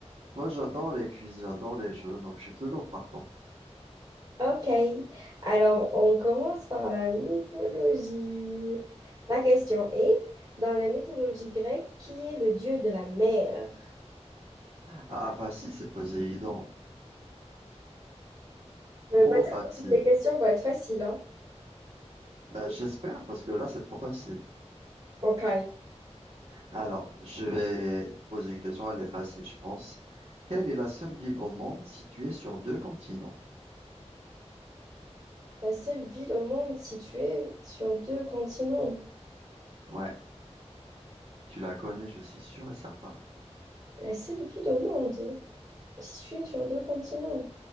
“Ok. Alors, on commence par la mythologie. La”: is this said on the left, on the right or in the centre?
Right